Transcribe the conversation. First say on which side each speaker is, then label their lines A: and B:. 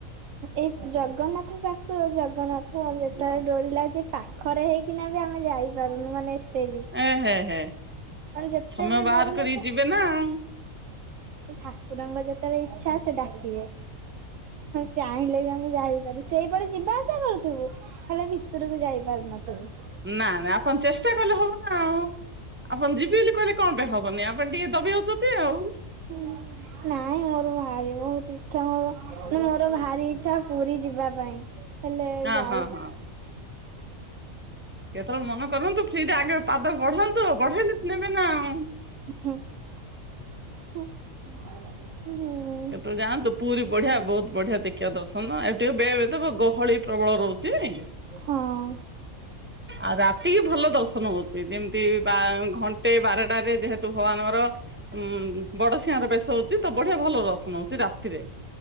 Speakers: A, on the right; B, on the right.
A: ଏଇ ଜଗନ୍ନାଥ ଠାକୁର ଜଗନ୍ନାଥ ଯେତେବେଳେ ଡୋରି ଲାଗି ପାଖରେ ହେଇକିନା ବି ଆମେ ଯାଇପାରୁନୁ ମାନେ ଏତେ ବି
B: ଏ ହେ ହେ
A: ମାନେ ଯେତେବେଳେ
B: ସମୟ ବାହାର
A: ଡର ଲାଗିଲା
B: କରିକି ଯିବେ ନା ଆଉ
A: ଠାକୁରଙ୍କ ଯେତେବେଳେ ଇଚ୍ଛା ସେ ଡାକିବେ। ଚାହିଁଲେ ବି ଆମେ ଯାଇପାରୁ ସେଇପଟେ ଯିବା ଆସିବା କରୁଥିବୁ ହେଲେ ଭିତରକୁ ଯାଇ ପାରୁନଥିବୁ।
B: ନା ନା ଆପଣ ଚେଷ୍ଟା କଲେ ହବ ଆଉ ଆପଣ ଯିବି ବୋଲି କହିଲେ କଣ ପାଇଁ ହବନି ଆପଣ ଟିକେ ଦବି ଯାଉଛନ୍ତି ଆଉ।
A: ହୁଁ। ନାଇଁ ମୋର ଭାରି ବହୁତ ଇଛା ମୋର ମୋର ଭାରି ଇଚ୍ଛା ପୁରୀ ଯିବା ପାଇଁ। ହେଲେ
B: ହଁ
A: ଯାଇବା
B: ହଁ ହଁ। କେତେବେଳେ ମନ କରନ୍ତୁ ଫ୍ରିରେ ଆଗ ପାଦ ବଢାନ୍ତୁ ବଢେଇଲେ ନେବେ ନା ଆଉ।
A: ହୁଁ। ହୁଁ।
B: କେବେ ଯାଆନ୍ତୁ ପୁରୀ ବଢିଆ ବହୁତ ବଢିଆ ଦେଖିବା ଦର୍ଶନ ଆ ଟିକେ ବେ ଗହଳି ପ୍ରବଳ ରହୁଛି।
A: ହଁ।
B: ଆଉ ରାତି କି ଭଲ ଦର୍ଶନ ହଉଛି ଯେମିତି ବା ଘଣ୍ଟେ ବାରଟାରେ ଯେହେତୁ ଭଗବାନଙ୍କର ଉଁ ବଡ ସିଂହାର ବେଶ ହଉଛି ତ ବଢିଆ ଭଲ ରହୁ ରାତିରେ